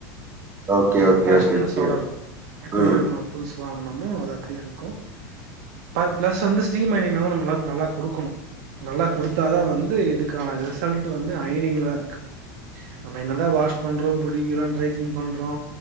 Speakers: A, on the right; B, on the right.
A: ஓகே ஓகே
B: ஃப்ரெஷ்னஷ்சோட
A: ஓகே ஓகே
B: இருக்கு எப்புடி
A: ம்
B: நம்ம புதுசு வாங்குனமோ அது அப்டியே இருக்கு ப பிளஸ் வந்து ஸ்டீம் அயனிங்குனால நம் அந்தளவுக்கு நல்லா குடுக்குணு நல்லா குடுத்தா தா வந்து இதுக்கான ரிசல்ட் வந்து அயனிங்ல தா இருக்கு நம்ம என்னதா வாஷ் பண்றோ புடிக்கிறோ ட்ரை கிளின் பண்றோ